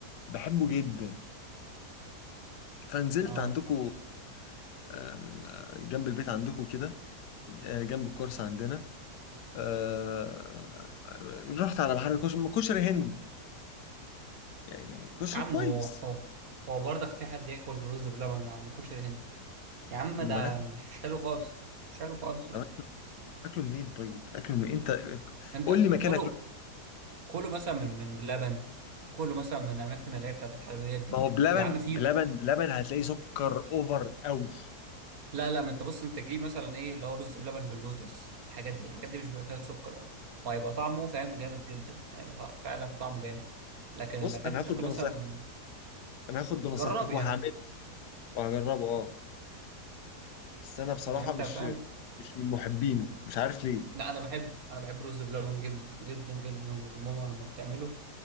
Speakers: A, on the left; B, on the right.
A: بحبه جدا فنزلت
B: اه
A: عندكم آه، جنب البيت عندكم كده آه، جنب الكورس عندنا آه، رحت على بحر كشري كشري هند يعني كشري
B: يا عم
A: كويس
B: هو هو هو برضك في حد ياكل رز بلبن من عند كشري هند يا عم
A: ما
B: ده
A: ناكل
B: مش مش حلو خالص مش حلو خالص لا
A: طب اكله منين طيب اكله من انت
B: انت
A: قول لي مكان
B: كله
A: اكله
B: كله مثلا من من بلبن كله مثلا من الاماكن اللي هي بتاعت الحلويات دي
A: ما هو بلبن
B: يا عم في
A: بلبن بلبن هتلاقي سكر اوفر قوي
B: لا لا ما انت بص انت جيب مثلا ايه اللي هو رز بلبن باللوتس الحاجات دي الحاجات دي مش بيبقى فيها سكر قوي وهيبقى طعمه فاهم جامد جدا هيبقى فعلا طعمه جامد لكن
A: بص
B: انك
A: انا
B: انت
A: هاخد
B: تاكل
A: بنصيحتك
B: مثلا من-
A: انا هاخد بنصيحتك
B: جربي
A: وهعمله
B: يعني
A: وهجربه اه بس انا بصراحه
B: يعني انت
A: مش
B: فاهم
A: مش من محبينه مش عارف ليه
B: لا انا بحب انا بحب رز بلبن جدا جدا جدا وماما لما بتعمله